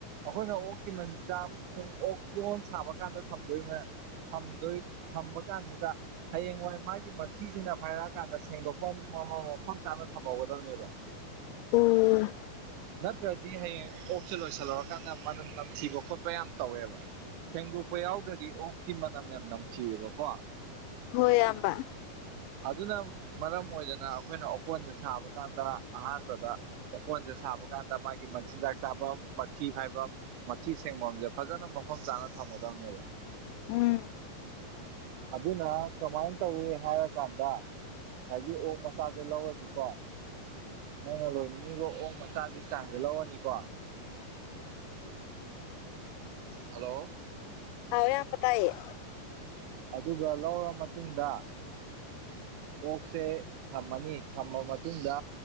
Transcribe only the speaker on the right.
ꯑꯈꯣꯏꯅ ꯑꯣꯛꯀꯤ ꯃꯆꯤꯟꯖꯥꯛ ꯑꯃꯁꯨꯡ ꯑꯣꯛ ꯀꯣꯟ ꯁꯥꯕ ꯀꯥꯟꯗ ꯊꯝꯗꯣꯏꯕ ꯊꯝꯗꯣꯏ ꯊꯝꯕ ꯀꯥꯟꯖꯤꯗ ꯍꯌꯦꯡꯋꯥꯏ ꯃꯥꯒꯤ ꯃꯊꯤꯖꯤꯅ ꯐꯥꯏꯔꯛꯑꯀꯥꯟꯗ ꯁꯦꯡꯗꯣꯛꯄꯝ ꯃꯥ ꯃꯥ ꯃꯐꯝ ꯆꯥꯅ ꯊꯝꯍꯧꯒꯗꯕꯅꯦꯕ
ꯅꯠꯇ꯭ꯔꯗꯤ ꯍꯌꯦꯡ ꯑꯣꯛꯁꯦ ꯂꯣꯏꯁꯤꯜꯂꯨꯔꯀꯥꯟꯗ ꯃꯅꯝ ꯅꯝꯊꯤꯕ ꯈꯣꯠꯄ ꯌꯥꯝ ꯇꯧꯋꯦꯕ ꯁꯦꯡꯗꯣꯛꯄ ꯌꯥꯎꯗ꯭ꯔꯗꯤ ꯑꯣꯛꯇꯤ ꯃꯅꯝ ꯌꯥꯝ ꯅꯝꯊꯤꯌꯦꯕꯀꯣ
ꯑꯗꯨꯅ ꯃꯔꯝ ꯑꯣꯏꯗꯅ ꯑꯈꯣꯏꯅ ꯑꯣꯀꯣꯟꯖꯦ ꯁꯥꯕ ꯀꯥꯟꯗ ꯑꯍꯥꯟꯕꯗ ꯑꯣꯀꯣꯟꯖꯦ ꯁꯥꯕ ꯀꯥꯟꯗ ꯃꯥꯒꯤ ꯃꯆꯤꯟꯖꯥꯛ ꯆꯥꯕꯝ ꯃꯊꯤ ꯐꯥꯏꯕꯝ ꯃꯊꯤ ꯁꯦꯡꯕꯝꯖꯦ ꯐꯖꯅ ꯃꯐꯝ ꯆꯥꯅ ꯊꯝꯒꯗꯕ ꯅꯦꯕ
ꯑꯗꯨꯅ ꯀꯃꯥꯏꯟ ꯇꯧꯏ ꯍꯥꯏꯔ ꯀꯥꯟꯗ ꯉꯁꯥꯢꯒꯤ ꯑꯣꯛ ꯃꯆꯥꯖꯦ ꯂꯧꯔꯅꯤꯀꯣ ꯅꯪꯅ ꯂꯣꯏꯅꯤꯡꯉꯤꯕ ꯑꯣꯛ ꯃꯆꯥꯖꯤ ꯆꯥꯡꯖꯦ ꯂꯧꯔꯅꯤꯀꯣ
ꯍꯜꯂꯣ
ꯑꯗꯨꯒ ꯂꯧꯔ ꯃꯇꯨꯡꯗ ꯑꯣꯛꯁꯦ ꯊꯝꯃꯅꯤ ꯊꯝꯃ ꯃꯇꯨꯡꯗ